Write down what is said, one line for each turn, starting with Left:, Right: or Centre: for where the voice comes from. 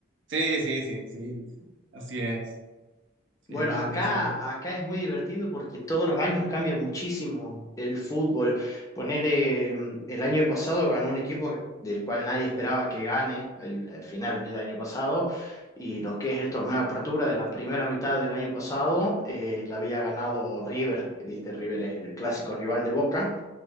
Right: Sí, sí, sí, sí. Así es. Sí,
Left: Bueno, acá,
Right: así es.
Left: acá es muy divertido porque todos los años cambia muchísimo el fútbol. Poner el año pasado ganó un equipo del cual nadie esperaba que gane el, el final del año pasado y lo que es el torneo de apertura de la primera mitad del año pasado eh, la había ganado River, viste, River es el clásico rival de Boca.